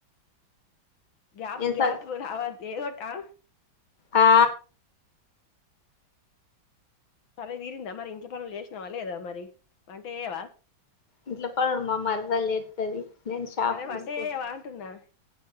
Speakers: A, on the left; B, on the left.
A: గ్యాప్
B: ఏం
A: గ్యాప్
B: సం
A: రావద్దు ఏదోటి ఆ
B: ఆ
A: సరే తీరిందా మరి ఇంట్ల పనులు చేసినావా లేదా మరి వంట జేయవ
B: ఇంట్ల పనులు మా మర్దలు చెత్తది నేను షాపు
A: అరే
B: చూసుకుంటా
A: వంట చేయవా అంటున్నా